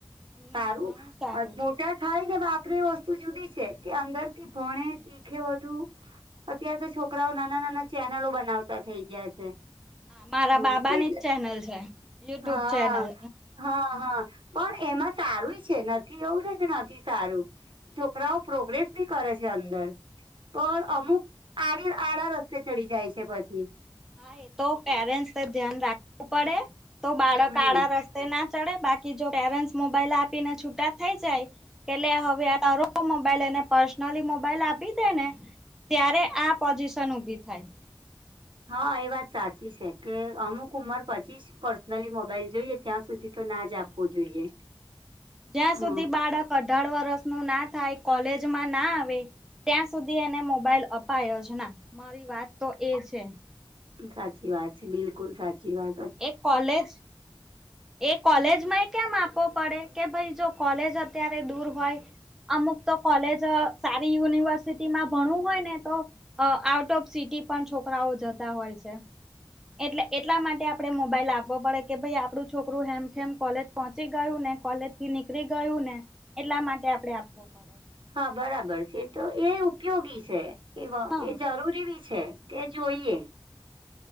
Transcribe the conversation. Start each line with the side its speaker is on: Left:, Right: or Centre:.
Centre: હમ
Right: સારું,
Centre: ઘણું સારું
Right: મોટા
Centre: છે
Right: થાયવે આપડે એ વસ્તુ જુદી છે કે અંદર થી ભણે શીખે બુ અત્ય્યારે તો છોકરાઓ નાના નાના ચેનલો બનાવતા થઇ ગયા છે.
Centre: હા મારા
Right: હ
Centre: બાબાની જ ચેનલ છે યુટ્યુબ
Right: હા,
Centre: ચેનલ
Right: હા હા. પણ એમાં સારું છે નથી એવું છે કે નથી સારું, છોકરાઓ પ્રોગ્રેસ બી કરે છે અંદર. પણ અમુક આડી આડા રસ્તે ચડી જાય છે પછી.
Centre: હા એ તો પેરેન્ટ્સ ધ્યાન રાખવું પડે, તો બાળક
Right: હમ
Centre: આડા રસ્તા તે ના ચડે બાકી જો પેરેન્ટસ મોબાઈલ આપીને છૂટા થઈ જાય. એટલે હવે આ તારો મોબાઈલ એને પર્સનલી મોબાઈલ આપી દે ને. ત્યારે, આ પોઝિશન ઊભી થાય.
Right: હા, એ વાત સાચી છે કે અમુક ઉંમર પછી જ પર્સનલી મોબાઈલ જોઈએ, ત્યાં સુધી તો ના જ આપવો જોઈએ.
Centre: જ્યાં
Right: હા
Centre: સુધી બાળક અઢાર વર્ષ નું ના થાય, કોલેજ માં ના આવે ત્યાં સુધી એને મોબાઈલ અપાય જ ના, મારી વાત તો એ છે.
Right: સાચી વાત છે, બિલકુલ સાચી વાત છે.
Centre: એક કોલેજ એ કોલેજમાં એ કેમ આપવો પડે કે ભાઈ જો, કોલેજ અત્યારે દૂર હોય. અમુક તો કોલેજ સારી યુનિવર્સિટીમાં ભણવું હોય ને તો અ.. આઉટ ઓફ સિટી પણ છોકરાઓ જતા હોય છે. એટલે, એટલા માટે આપડે મોબાઈલ આપવો પડે કે ભાઈ આપડું છોકરું હેમખેમ કોલેજ પહોંચી ગયું ને કોલેજ થી નીકળી ગયું ને એટલા માટે આપડે આપવો પડે.
Right: હા બરાબર છે, એ તો એ ઉપયોગી છે એ..
Centre: હા
Right: એ જરૂરી બી છે, એ જોઈએ.